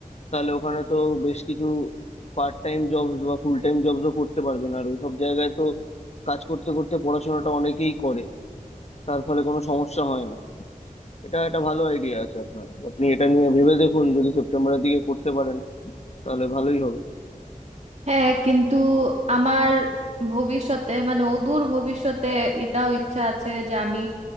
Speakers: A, on the left; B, on the right.
A: তাহলে ওখানে তো বেশ কিছু পার্ট টাইম জবস বা ফুল টাইম জবসও করতে পারবেন আর ওইসব জায়গায় তো কাজ করতে করতে পড়াশোনাটা অনেকেই করে তার ফলে কোনো সমস্যা হয় না এটা একটা ভালো আইডিয়া আছে আপনার আপনি এটা নিয়ে ভেবে দেখুন যদি সেপ্টেম্বরের দিকে করতে পারেন তাহলে ভালোই হবে
B: হ্যাঁ কিন্তু আমার ভবিষ্যতে মানে অদূর ভবিষ্যতে এটাও ইচ্ছা আছে যে আমি